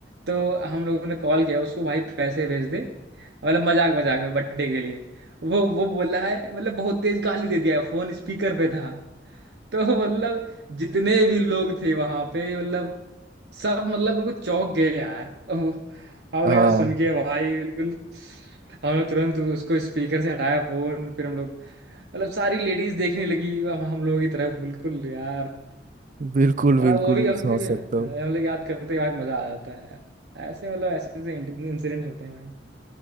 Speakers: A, on the right; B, on the right.
A: तो हम लोगों ने कॉल किया उसको भाई पैसे भेज दे मतलब मजाक मजाक में बर्थडे के लिए वो वो बोल रहा है मतलब बहुत तेज गाली दे दिया फोन स्पीकर पे था <laughs> तो मतलब जितने भी लोग थे वहां पे मतलब सब मतलब बिल्कुल चौंक गए यार ओह, हम
B: हाँ
A: लगा सुन के भाई बिल्कुल हमने तुरंत उसको स्पीकर से हटाया फोन फिर हम लोग मतलब सारी लेडीज देखने लगी हम हम लोगों की तरफ बिल्कुल यार
B: बिल्कुल बिल्कुल
A: और वो भी
B: मैं
A: हम लोग
B: समझ
A: भी-
B: सकता हूँ
A: हम लोग याद करते हैं भाई मजा आ जाता है यार ऐसे मतलब ऐसे ऐसे इंसिडेंट होते हैं भाई